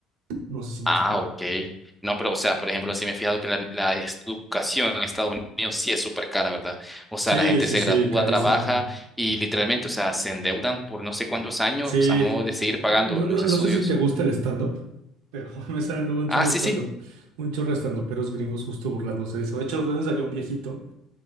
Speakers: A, on the right (about 80°); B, in the centre.
A: No sé si me
B: Ah,
A: explico.
B: ok. No, pero, o sea, por ejemplo, sí me he fijado que la, la educación en Estados Unidos sí es súper cara, ¿verdad? O sea,
A: Sí,
B: la gente
A: sí,
B: se
A: sí,
B: gradúa,
A: carísima.
B: trabaja y literalmente, o sea, se endeudan por no sé cuántos años
A: Sí.
B: a modo de seguir pagando
A: No,
B: los
A: no- no
B: estudios.
A: sé si te gusta el stand-up, pero <laughs> me salen luego un
B: Ah,
A: chorro
B: sí,
A: de stand-up,
B: sí.
A: un chorro de stand-uperos gringos justo burlándose de eso. De hecho, de dónde salió un viejito.